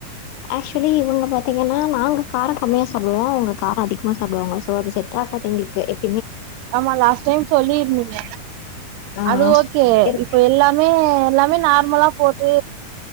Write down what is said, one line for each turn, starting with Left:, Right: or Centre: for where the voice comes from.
Left: ஏக்சுவலி இவுங்க பாத்திங்கன்னா நாங்க காரோ கம்மியா சாப்டுவோ இவுங்க காரோ அதிகமா சாப்டுவாங்கோ சோ அது செ ட்டாகாது எங்குளுக்கு எ
Right: ஆமா லாஸ்ட் டைம் சொல்லிருந்திங்க
Left: ஆ.
Right: அது ஓகே
Left: இரு
Right: இப்ப எல்லா மே எல்லாமே நார்மலா போட்டு